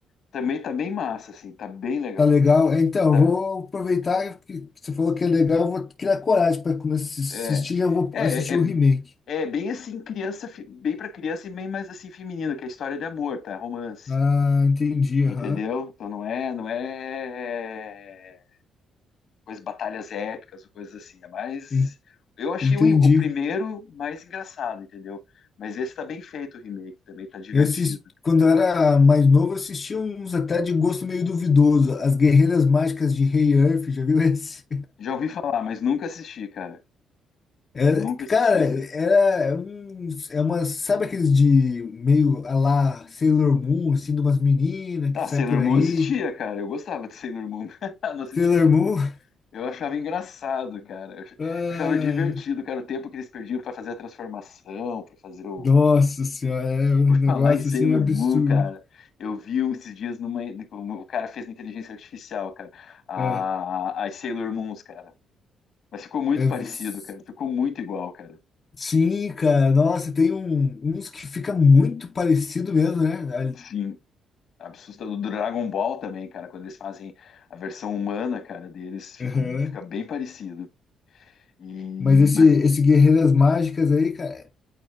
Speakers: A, on the left (about 65°); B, on the left (about 35°).
A: Também tá bem massa, assim, tá bem legal.
B: Tá legal. É, Então, eu
A: Tá.
B: vou aproveitar que você falou que é legal. Eu vou criar coragem para começar a assistir.
A: É.
B: Já vou
A: É,
B: assistir
A: é,
B: o remake.
A: é bem assim, criança, fi- bem pra criança e bem mais assim feminino, que é a história de amor, tá? Romance.
B: Ah, entendi.
A: Entendeu?
B: Aham.
A: Então não é, não é coisas, batalhas épicas, ou coisas assim. É mais.
B: En-
A: Eu achei
B: Entendi.
A: o, o primeiro mais engraçado, entendeu? Mas esse tá bem feito o remake também, tá divertido.
B: Eu assisti, quando eu era mais novo, eu assistia uns até de gosto meio duvidoso. As Guerreiras Mágicas de Rei Earth, já viu <laughs> esse?
A: Já ouvi falar, mas nunca assisti, cara.
B: É,
A: Nunca
B: cara,
A: assisti, cara.
B: era um, é uma, sabe aqueles de meio a lá Sailor Moon, assim, de umas meninas que
A: Ah,
B: sai
A: Sailor
B: por
A: Moon
B: aí?
A: eu assistia, cara. Eu gostava de Sailor Moon. <laughs> Não assisti
B: Sailor
A: tudo.
B: Moon? <laughs>
A: Eu achava engraçado, cara. Eu ach- eu
B: Ai,
A: achava divertido, cara, o tempo que eles perdiam pra fazer a transformação, pra fazer o,
B: nossa senhora, é um
A: Por
B: negócio
A: falar em Sailor
B: assim absurdo.
A: Moon, cara, eu vi um esses dias numa. O cara fez na inteligência artificial, cara. A,
B: É,
A: as Sailor Moons, cara. Mas ficou muito
B: é
A: parecido,
B: vis-
A: cara. Ficou muito igual, cara.
B: sim, cara, nossa, tem um- uns que fica muito parecido mesmo, né? Ali-
A: Sim. Assustador. Do Dragon Ball também, cara. Quando eles fazem a versão humana, cara, deles, fica,
B: Aham.
A: fica bem parecido. E...
B: Mas esse,
A: Mas
B: esse Guerreiras Mágicas aí, cara,